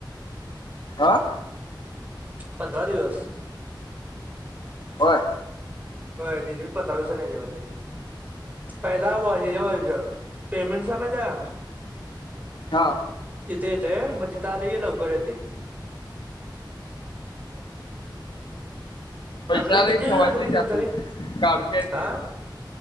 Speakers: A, on the left (about 75°); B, on the right (about 20°).
A: आ
B: पंधरा दिवस.
A: होय
B: होय दीदी पंधरा दिवसांनी येतं बघ- पहिला बाह्या हे वायच पेमेंट <unintelligible>
A: थांब.
B: तिथं येतंय मग तिथं आलं की लवकर येतंय.
A: पैसे
B: आपलं
A: आले
B: किती
A: की
B: दिवस
A: ठेवायचं
B: झालं
A: नाही
B: रे घेऊन
A: त्यात,
B: तरी
A: काढून घ्यायचं
B: हा
A: लगेच.